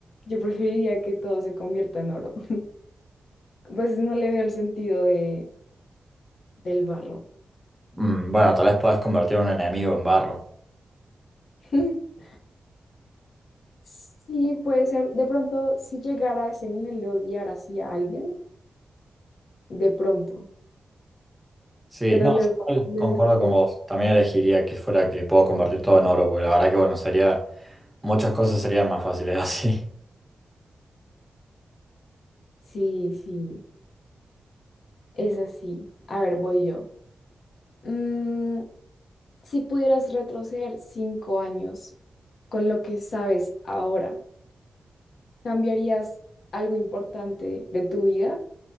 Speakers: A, on the left; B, in the centre.
A: yo preferiría que todo se convierta en oro. <laughs> Pues no le veo el sentido de, del barro.
B: Mm, bueno, tal vez puedas convertir a un enemigo en barro.
A: <laughs> Sí, puede ser, de pronto, si llegara a ese nivel de odiar así a alguien, de pronto,
B: Sí,
A: pero
B: no,
A: luego,
B: igual
A: luego,
B: concuerdo con
A: no.
B: vos. También elegiría que fuera que puedo convertir todo en oro, porque la verdad que bueno, sería, muchas cosas serían más fáciles <laughs> así.
A: sí, sí. Es así. A ver, voy yo. Mm, si pudieras retroceder cinco años con lo que sabes ahora, ¿cambiarías algo importante de tu vida